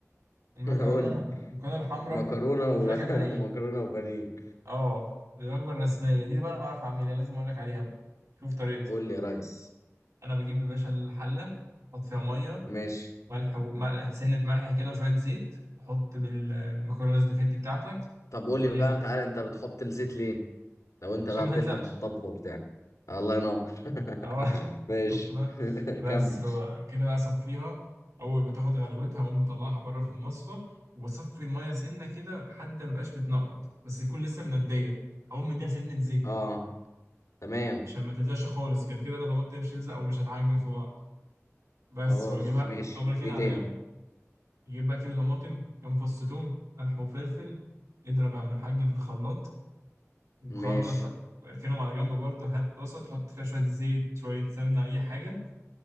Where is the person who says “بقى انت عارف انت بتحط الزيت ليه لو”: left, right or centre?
Left